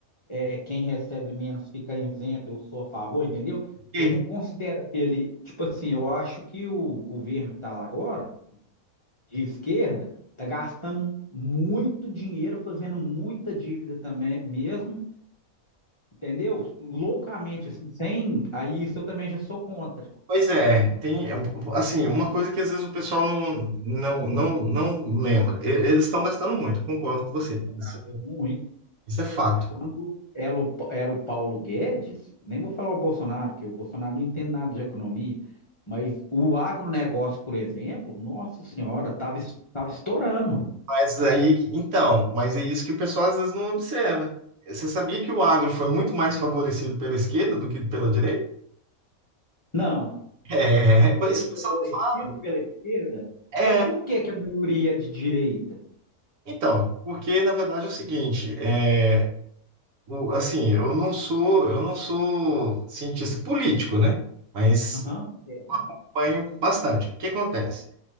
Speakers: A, on the left; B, on the right.
A: é, quem recebe menos fica isento, eu sou a favor, entendeu?
B: é
A: Eu não considero aquele. Tipo assim, eu acho que o governo que está lá agora. de esquerda está gastando muito dinheiro, fazendo muita dívida também mesmo, entendeu? Loucamente, assim, sem. Aí isso eu também já sou contra.
B: Pois é, tem assim, uma coisa que às vezes o pessoal não, não, não, não lembra. E- Eles estão gastando muito, concordo com você.
A: Então,
B: Isso,
A: gasta muito.
B: isso é fato.
A: Quando era o, era o Paulo Guedes, nem vou falar o Bolsonaro, que o Bolsonaro não entende nada de economia, mas o agronegócio, por exemplo, nossa senhora, estava estava estourando.
B: Mas aí, então, mas é isso que o pessoal às vezes não observa. Você sabia que o agro foi muito mais favorecido pela esquerda do que pela direita? <laughs>
A: Não,
B: É, mas
A: foi
B: isso o
A: favorecido
B: pessoal não fala.
A: pela esquerda,
B: É,
A: mas por que, que a maioria é de direita?
B: então, porque na verdade é o seguinte, é, o, assim, eu não sou, eu não sou cientista político, né? Mas
A: Aham, é, não.
B: acompanho bastante. O que acontece?